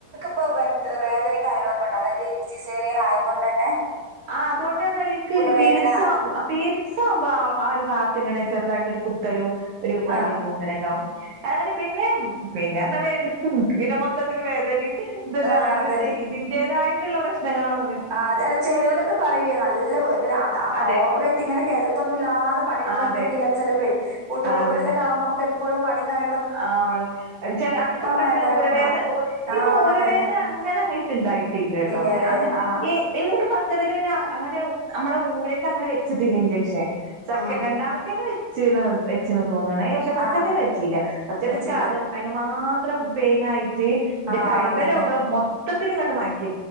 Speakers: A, on the right; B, on the right.
A: ഇപ്പൊ വര് വേദനയും കാര്യങ്ങളൊക്കെ ഉണ്ട് അതായത് ഈ സിസേറിയൻ ആയത് കൊണ്ട് തന്നെ
B: ആഹ് അത് കൊണ്ട് തന്നെ എനിക്ക്
A: ഊരവേദന
B: പീരീഡ്സ് പീരീഡ്സ് ആവുമ്പോ ആഹ് ഒരു ഭാഗത്ത് ഇങ്ങനെ ചെറുതായിട്ട് ഒരു കുത്തലും ഒരു വലിവും
A: ആഹ്
B: അങ്ങനെണ്ടാവും അങ്ങനെ പിന്നെ പിന്നെന്താേ പിന്നെ മൊത്തത്തില് വേദനയും ഇത്
A: ആഹ്
B: ആയത്കൊണ്ട്
A: അതന്നെ
B: പിന്നെ ഇതിന്റതായിട്ടുള്ള പ്രശ്നങ്ങളാണ്
A: ആഹ് അത് ചെലോരൊക്കെ പറയേ നല്ല വേദന
B: അതെ
A: ഓവറായിട്ട് ഇങ്ങനെയൊക്കെ കിടത്തൊന്നുംല്ലാതെ പണിയെടുക്ക്ണോൽക്ക്
B: ആഹ് അതെ
A: ചിലപ്പേ കൂട്ടു
B: ആഹ്
A: കുടുംബത്തിലൊക്കെയാവുമ്പോ
B: അതന്നെ
A: നമുക്ക് എപ്പഴും പണിയും കാ-
B: ആഹ് ചില അധികം ആൾക്കാർ
A: വേദനൊക്കെ
B: ഇങ്ങനെഊരവേദന
A: ഉണ്ടാവും ആ
B: ഊരവേദന
A: അതന്നെ
B: അങ്ങന അങ്ങട്ട ഇണ്ടായിട്ടില്ല ട്ടോ
A: ഇല്ലാല്ലേ
B: അങ്ങനെ
A: ആ
B: ഈ- പിന്നെ നിക്ക് ഫസ്റ്റ് പിന്നെ അങ്ങനെ നമ്മടെ ഊരൊക്കെ അങ്ങനെ വെച്ചിട്ടില്ല ഇൻചക്ഷൻ സെക്ക
A: ഉം
B: രണ്ടാമത്തേന് വെച്ചിന് വെച്ചിന് തോന്നണേ പക്ഷെ ഫസ്റ്റത്തതിന്
A: ആ
B: വെ- ഇല്ല ഫസ്ററത്തതി
A: പറ്റിയില്ല
B: അതിന് മാത്രം പെയിനായിട്ട് ഇന്റെ
A: ആ
B: കൈമലവിടോ
A: അതന്നെ
B: മൊ- മൊത്തത്തിൽ ഇങ്ങട്ട് മയക്കി